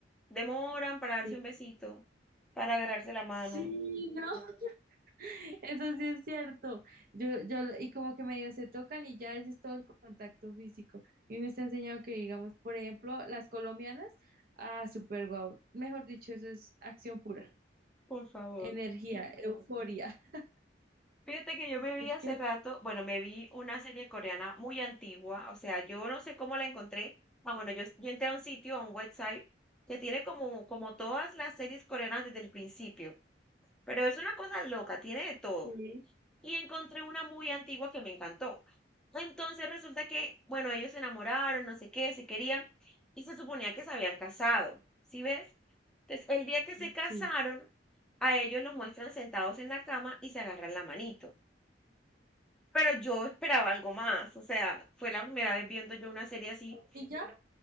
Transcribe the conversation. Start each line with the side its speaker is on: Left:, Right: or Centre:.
Centre: demoran para
Right: Sí,
Centre: darse un besito, para agarrarse la mano.
Right: sí, no. <laughs> Eso sí es cierto. Yo, yo, y como que medio se tocan y ya ese es todo el contacto físico. Y me está enseñando que, digamos, por ejemplo, las colombianas, ah, súper guau. Mejor dicho, eso es acción pura,
Centre: Por favor.
Right: energía, euforia. <laughs>
Centre: Fíjate que yo me vi
Right: Es
Centre: hace
Right: que
Centre: rato, bueno, me vi una serie coreana muy antigua, o sea, yo no sé cómo la encontré. Ah, bueno, yo, yo entré a un sitio, a un website, que tiene como, como todas las series coreanas desde el principio, pero es una cosa loca, tiene de todo.
Right: sí,
Centre: y encontré una muy antigua que me encantó. Entonces resulta que, bueno, ellos se enamoraron, no sé qué, se querían y se suponía que se habían casado, ¿sí ves? Entonces, el día que se casaron,
Right: sí.
Centre: a ellos los muestran sentados en la cama y se agarran la manito. Pero yo esperaba algo más, o sea, fue la primera vez viendo yo una serie así.
Right: ¿Y ya?